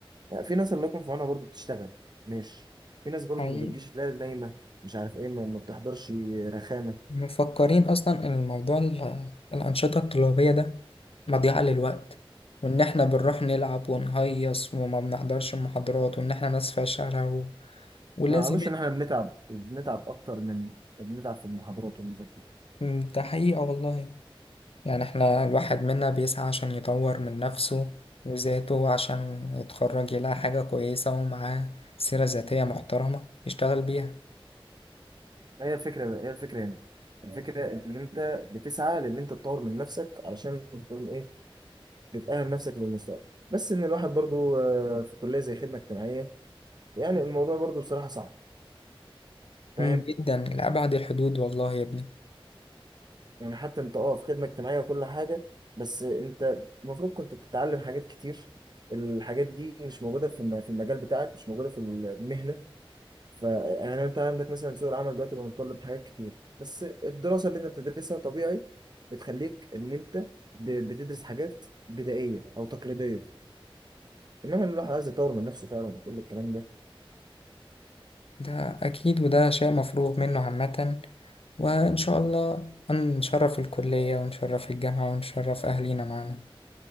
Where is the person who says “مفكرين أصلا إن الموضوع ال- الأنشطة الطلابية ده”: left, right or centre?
Left